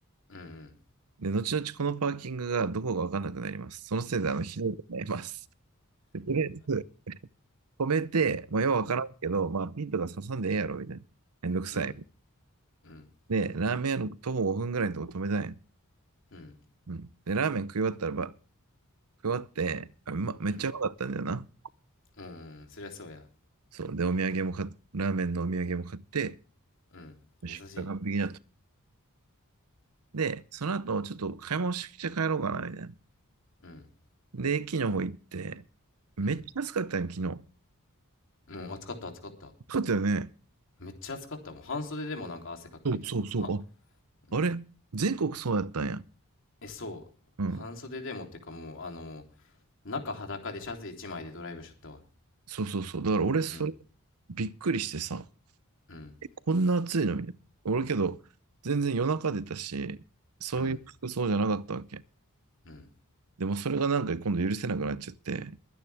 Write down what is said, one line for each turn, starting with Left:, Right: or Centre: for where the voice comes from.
Left: ん、
Right: で、後々このパーキングがどこかわかんなくなります。そのせいであの、ひどいことになります。でとりあえず、止めて、まあ、ようわからんけど、まあ、ピンとか刺さんでええやろ、みたいな。めんどくさい。
Left: うん、うん、うん、
Right: で、ラーメン屋の徒歩5分ぐらいのとこ止めたんや
Left: うん、
Right: うん。で、ラーメン食い終わったらば、食い終わって、あ、うま、めっちゃうまかったんだよな。
Left: うん、うん、そりゃそうや。
Right: そう。で、お土産も買っ、ラーメンのお土産も買って、
Left: うん、優しい。
Right: よし、これ完璧だと。で、その後、ちょっと買い物して帰ろうかな、みたいな。
Left: うん、
Right: で、駅の方行って、めっちゃ安かったんや昨日。
Left: うん。もう暑かった暑かった。
Right: 暑かったよね。
Left: めっちゃ暑かった。もう半袖でもなんか汗かくみたいな。
Right: そうそうそう。
Left: は、うん。
Right: あ、あれ全国そうやったんや。
Left: え、そう。
Right: うん。
Left: 半袖でもってかもう、あの、中裸でシャツ一枚でドライブしとったわ。
Right: そうそうそう。だから俺、それ、
Left: うん、
Right: びっくりしてさ。
Left: うん、
Right: こんな暑いのみたいな。俺けど、全然夜中出たし、そういう服装じゃなかったわけ。
Left: うん、うん、
Right: でもそれがなんか今度許せなくなっちゃって、